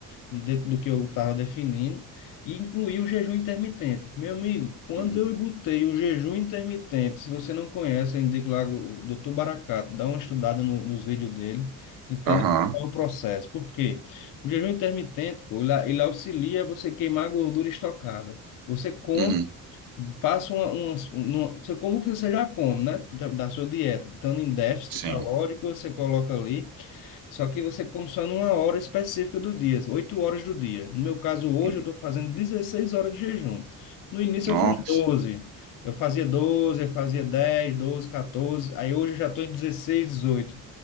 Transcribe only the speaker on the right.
uhum.
Aham,
uhum,
sim.
Uhum.
Nossa.